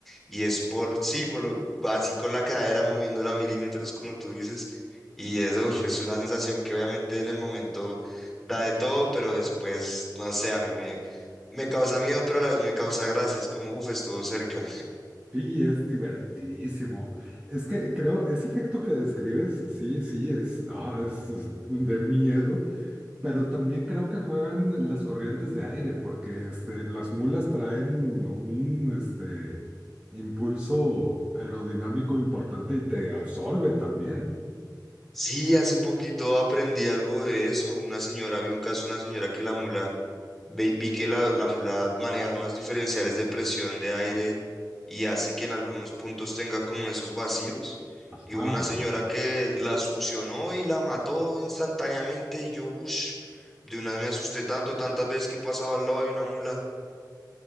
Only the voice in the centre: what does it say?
y es por, sí, por lo, así con la cadera moviéndola a milímetros, como tú dices, y eso uf, es una sensación que obviamente en el momento da de todo, pero después, no sé, a mí me, me causa miedo, pero a la vez me causa gracia. Es como, uff, estuvo cerca.
Sí, hace poquito aprendí algo de eso. Una señora, vi un caso de una señora que la mula Ve- Vi que la, la mula maneja unos diferenciales de presión de aire y hace que en algunos puntos tenga como esos vacíos. Y
hubo una señora que la succionó y la mató instantáneamente. Y yo, uff, de unas me asusté tanto, tantas veces que pasaba al lado de una mula.